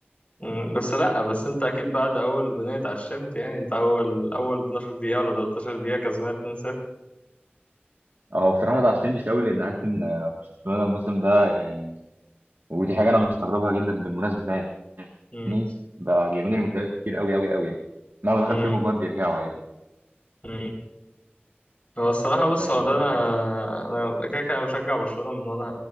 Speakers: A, on the left; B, on the right.
A: مم، بس لا بس انت اكيد بعد اول بنية اتعشمت يعني انت اول اول 12 دقيقة ولا 13 دقيقة كسبان 2-0
B: هو بصراحه ما اتعشمتش قوي لان عارف ان برشلونه الموسم ده يعني ودي حاجه انا مستغربها جدا بالمناسبه
A: مم.
B: يعني بقى بيعملوا ريمونتادات كتير قوي قوي قوي يعني مهما
A: مم.
B: دخل فيهم اجوان بيرجعوا عادي
A: مم. هو الصراحة بص
B: فاهم
A: هو
B: الفكره
A: ده انا
B: في ايه؟
A: انا كده كده أنا بشجع برشلونة من وانا